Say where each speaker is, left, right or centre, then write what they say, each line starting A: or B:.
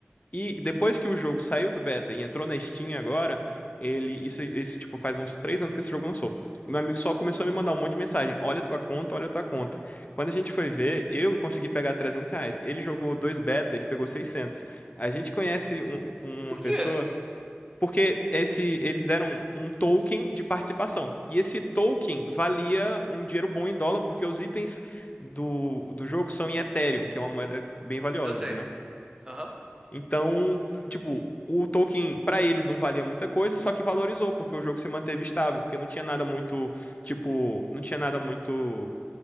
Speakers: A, on the left; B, on the right.
A: E depois que o jogo saiu do beta e entrou na Steam agora, ele. Isso, isso, tipo, faz uns três anos que esse jogo lançou. Meu amigo só começou a me mandar um monte de mensagem. Olha a tua conta, olha a tua conta. Quando a gente foi ver, eu consegui pegar 300 reais. Ele jogou dois beta, ele pegou 600. A gente conhece um- uma
B: Por
A: pessoa.
B: quê?
A: Porque esse, eles deram um token de participação. E esse token valia um dinheiro bom em dólar, porque os itens do, do jogo são em Ethereum, que é uma moeda bem valiosa,
B: Eu sei.
A: entendeu?
B: Aham.
A: Então, f- tipo, o Tolkien pra eles não valia muita coisa, só que valorizou, porque o jogo se manteve estável, porque não tinha nada muito, tipo, não tinha nada muito,